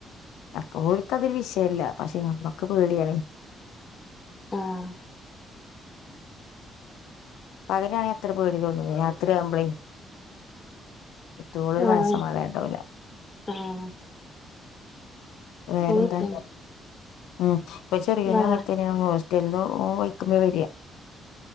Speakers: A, on the left; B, on the left.
A: <unintelligible> ഓക്ക് ഒരു വിഷയം അല്ല പക്ഷേ നമ്മക്ക് പേടി ആണേ
B: ആഹ്
A: പകൽ ആണേൽ അത്ര പേടി തോന്നില്ല രാ ഇത്രയാവുമ്പളേ ഏറ്റവും കൂടുതൽ
B: ആഹ് ആഹ്
A: മനസ്സമാധാനമുണ്ടാവില.
B: ആഹ്
A: വേറെന്താ
B: അങ്ങനെയൊക്കെയാണ്
A: ഉം <unintelligible> <unintelligible>
B: വാ
A: വരിക